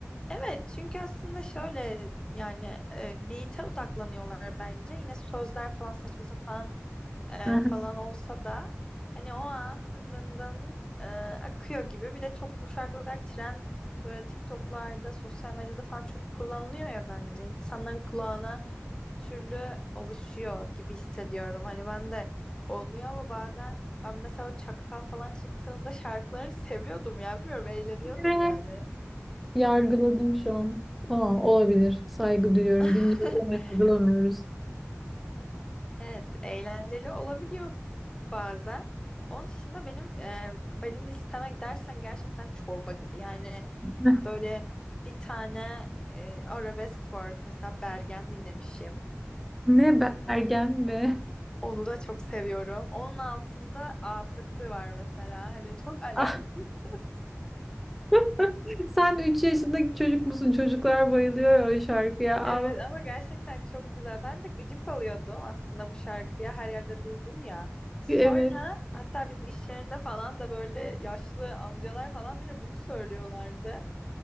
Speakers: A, on the left (about 15°); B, in the centre.
A: Evet, çünkü aslında şöyle yani e, beat'e odaklanıyorlar bence. Yine sözler falan saçma sapan e,
B: Aha.
A: falan olsa da hani o an dın dın dın e, akıyor gibi. Bir de çok bu şarkılar trend böyle TikTok'larda, sosyal medyada falan çok kullanılıyor ya bence. İnsanların kulağına bir türlü alışıyor gibi hissediyorum. Hani ben de olmuyor ama bazen ben mesela o Çakal falan çıktığında şarkılarını seviyordum ya. Bilmiyorum eğleniyordum
B: Evet.
A: yani.
B: Yargıladım şu an. Tamam olabilir. Saygı duyuyorum.
A: <laughs>
B: Dinliyorum, yargılamıyoruz.
A: Evet, eğlenceli olabiliyor bazen. Onun dışında benim e, benim listeme dersen gerçekten çorba gibi. Yani
B: <laughs>
A: böyle bir tane e, arabesk var. Mesela Bergen dinlemişim.
B: Ne Bergen mi?
A: Onu da çok seviyorum. Onun altında Apıtı var mesela. Hani çok <laughs> alakasız.
B: Ah, <laughs> Sen 3 yaşındaki çocuk musun? Çocuklar bayılıyor ya o şarkıya.
A: Evet
B: Al.
A: ama gerçekten çok güzel. Ben de gıcık oluyordum aslında bu şarkıya. Her yerde duydum ya. Sonra
B: Evet.
A: hatta bizim iş yerinde falan da böyle yaşlı amcalar falan bile bunu söylüyorlardı.